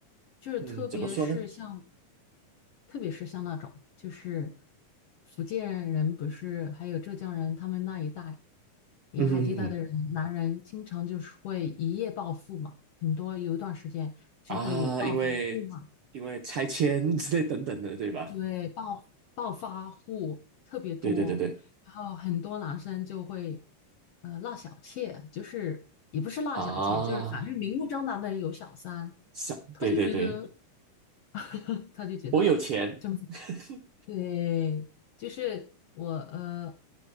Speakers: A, on the left; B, on the right.
A: 就是特别是像，
B: 嗯，怎么说呢？
A: 特别是像那种，就是福建人不是，还有浙江人，他们那一带沿海地带的人，
B: 嗯哼
A: 男人经常就是会一夜暴富嘛，很多有一段时间就会有暴发户嘛。
B: 啊，因为因为拆迁之类等等的，对吧？
A: 对，暴暴发户特别多，
B: 对对对对
A: 然后很多男生就会，呃，纳小妾，就是也不是纳小妾，
B: 啊，
A: 就是反正明目张胆的有小三，
B: 想对对对，
A: 他就觉得 <laughs>，他就觉得
B: 我有钱。
A: 这么
B: <laughs>
A: 对，就是我呃，